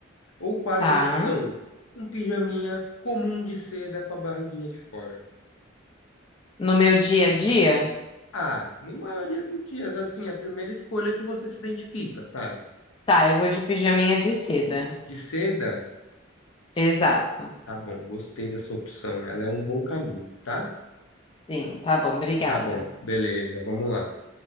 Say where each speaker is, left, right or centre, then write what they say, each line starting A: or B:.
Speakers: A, on the left (about 80°); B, on the left (about 25°).
A: Ou quarta
B: tá.
A: opção, um pijaminha comum de seda com a barriguinha de fora.
B: No meu dia a dia?
A: Ah, na maioria dos dias, assim, é a primeira escolha que você se identifica, sabe?
B: Tá, eu vou de pijaminha de seda.
A: De seda,
B: Exato.
A: tá bom, gostei da sua opção, ela é um bom caminho, tá?
B: Sim, tá bom, obrigada.
A: Tá bom, beleza, vamos lá.